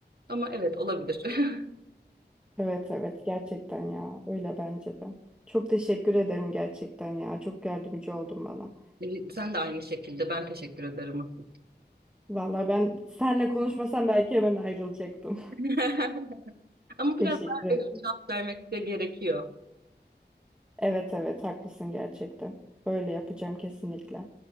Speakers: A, on the right; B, in the centre.
A: ama evet olabilir. <laughs>
B: Evet, evet gerçekten ya. Öyle bence de. Çok teşekkür ederim gerçekten ya. Çok yardımcı oldun bana.
A: Ee, Sen de aynı şekilde ben teşekkür ederim asıl.
B: Valla ben senle konuşmasam belki hemen ayrılacaktım.
A: <laughs>
B: <laughs>
A: Ama
B: Teşekkür
A: biraz daha
B: ederim.
A: evet, şans vermek de gerekiyor.
B: Evet evet haklısın gerçekten. Öyle yapacağım kesinlikle.